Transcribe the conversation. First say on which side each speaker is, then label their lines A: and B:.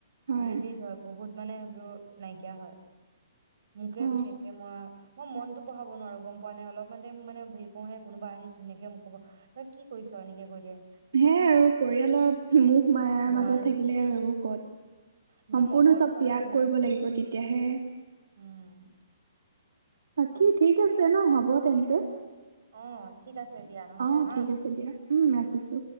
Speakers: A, on the right (about 75°); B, on the right (about 60°).
A: হয়
B: ৰিলিজ হয় বহুত মানে এইবোৰ নাইকিয়া হয় মোকে
A: অ
B: বিশেষকে মই মই মন বহাব নোৱাৰো গম পোৱা নাইলপমান ইম মানে ভেক কো হে কোনোবা আহি ধুনাকে মোক কব তই কি কৰিছ এনেকে কৈইদিয়
A: হেয় আৰু পৰিয়ালৰ মুখ মায়াৰ
B: নোৱাৰি
A: মাজত থাকিলে আৰু এইবোৰ কত
B: একদম
A: সম্পূৰ্ণ
B: অকলশৰে
A: চব ত্যাগ
B: মানে
A: কৰিব লাগিব তেতিয়াহে
B: উম
A: বাকী ঠিক আছে ন হ'ব তেন্তে
B: অ ঠিক আছে দিয়া নহ'লে
A: আহ
B: হা।
A: ঠিক আছে দিয়া উম ৰাখিছো